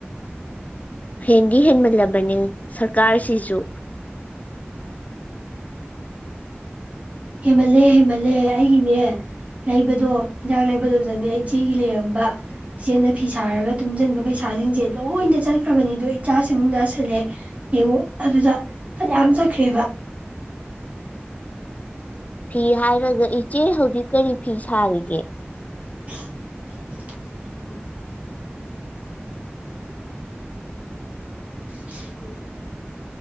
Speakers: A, on the left; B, on the right.
A: ꯍꯦꯟꯗꯤ ꯍꯦꯟꯃꯜꯂꯕꯅꯤ ꯁ꯭ꯔꯀꯥꯁꯤꯁꯨ꯫
B: ꯍꯦꯃꯜꯂꯦ ꯍꯦꯃꯜꯂꯦ ꯑꯩꯒꯤꯅꯦ ꯂꯩꯕꯗꯣ ꯍꯤꯗꯥꯛ ꯂꯩꯕꯗꯣ ꯑꯗꯨꯗꯅꯦ ꯏꯆꯦꯒꯤ ꯂꯩꯔꯝꯕ ꯏꯆꯦꯅ ꯐꯤ ꯁꯥꯔꯒ ꯇꯨꯡꯖꯟꯕ ꯄꯩꯁꯥꯁꯤꯡꯁꯦ ꯂꯣꯏꯅ ꯆꯠꯈ꯭ꯔꯕꯅꯤꯗꯣ ꯏꯆꯥꯁꯤꯃꯨꯛ ꯅꯥꯁꯤꯜꯂꯦ ꯌꯦꯡꯉꯨ ꯑꯗꯨꯗ ꯐꯅꯌꯥꯝ ꯆꯠꯈ꯭ꯔꯦꯕ꯫
A: ꯐꯤ ꯍꯥꯏꯔꯒ ꯢꯆꯦ ꯍꯧꯖꯤꯛ ꯀꯔꯤ ꯐꯤ ꯁꯥꯔꯤꯒꯦ꯫
B: <unintelligible>